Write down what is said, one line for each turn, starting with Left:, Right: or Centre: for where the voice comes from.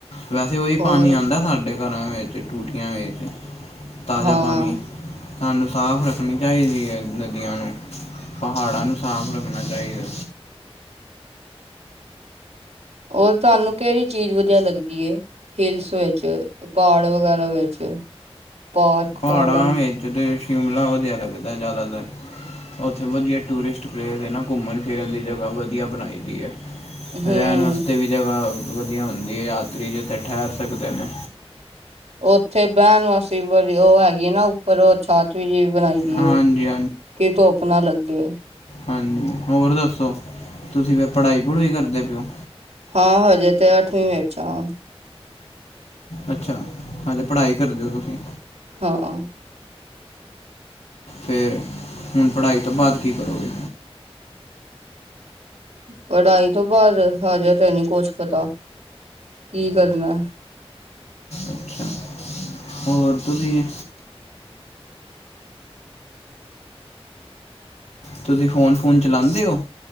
Left: ਵੈਸੇ ਉਹੀ
Right: ਹੋਰ
Left: ਪਾਣੀਂ ਆਂਦਾ ਸਾਡੇ ਘਰਾਂ ਵਿੱਚ। ਟੂਟੀਆਂ ਵਿੱਚ, ਤਾਜ਼ਾ
Right: ਹਾਂ
Left: ਪਾਣੀ। ਸਾਨੂੰ ਸਾਫ਼ ਰੱਖਣੀ ਚਾਹੀਦੀ ਹੈਂ ਨਦੀਆਂ ਨੂੰ, ਪਹਾੜਾਂ ਨੂੰ ਸਾਫ਼ ਰੱਖਣਾਂ ਚਾਹੀਂਦਾ।
Right: ਓਰ, ਤੁਹਾਂਨੂੰ ਕਿਹੜੀ ਚੀਜ਼ ਵਧੀਆ ਲੱਗਦੀ‌ ਏ? ਹੀਲਸ ਵਿੱਚ, ਪਹਾੜ ਵਗ਼ੈਰਾ ਵਿੱਚ। ਪਾਰਕ,
Left: ਪਹਾੜਾਂ
Right: ਗਾਰਡਨ
Left: ਵਿੱਚ ਤੇ ਸ਼ਿਮਲਾ ਵਧੀਆ ਲੱਗਦਾ, ਜ਼ਿਆਦਾਤਰ। ਉੱਥੇ ਵਧੀਆ ਟੂਰਿਸਟ ਪਲੇਸ ਹੈ ਨਾ, ਘੁੰਮਣ-ਫਿਰਨ ਦੀ ਜਗ੍ਹਾ ਵਧੀਆ ਬਣਾਈਦੀ ਐ।
Right: ਹੂੰ।
Left: ਰਹਿਣ ਵਾਸਤੇ ਵੀ ਜਗ੍ਹਾ ਵਧੀਆ ਹੁੰਦੀ ਹੈ, ਯਾਤਰੀ ਜਿੱਥੇ ਠਹਿਰ ਸਕਦੇ ਨੇ।
Right: ਉੱਥੇ ਬਹਿਣ ਵਾਸਤ--ਵੀ ਵਧੀ ਉਹ ਹੈਗੀ ਨਾ, ਓਹ। ਪਰਓਛਾਤਵੀ ਜੀ ਬਣਾਈਦੀ
Left: ਹਾਂਜੀ
Right: ਏ, ਕਿ ਧੁਪ ਨਾ ਲੱਗੇ।
Left: ਹਾਂਨ--ਹੋਰ ਦੱਸੋ, ਤੁਸੀਂ ਫਿਰ ਪੜ੍ਹਾਈ-ਪੜ੍ਹੂਈ ਕਰਦੇ ਪਏ ਓ?
Right: ਹਾਂ, ਹਜੇ ਤੇ ਅੱਠਵੀਂ ਵਿੱਚ ਆਂ।
Left: ਅੱਛਾ! ਮਤਲਬ, ਪੜ੍ਹਾਈ ਕਰਦੇ ਓ ਤੁਸੀਂ?
Right: ਹਾਂ।
Left: ਫਿਰ, ਹੁਣ ਪੜ੍ਹਾਈ ਤੋ ਬਾਅਦ ਕੀ ਕਰੋਗੇ?
Right: ਪੜ੍ਹਾਈ ਤੋ ਬਾਅਦ ਹਜੇ ਤੇ ਨੀ ਕੁਛ ਪਤਾ, ਕੀ ਕਰਨਾ।
Left: ਅੱਛਾ ਹੋਰ ਤੁਸੀਂ ਤੁਸੀਂ, ਫੋਨ-ਫੁਨ ਚਲਾਉਂਦੇ ਓ?